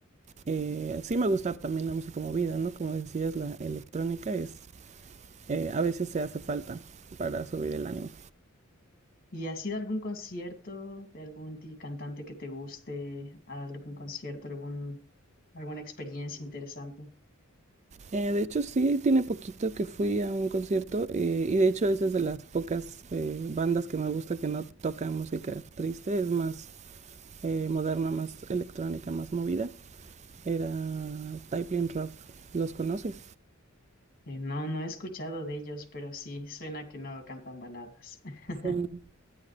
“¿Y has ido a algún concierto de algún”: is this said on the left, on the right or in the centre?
Left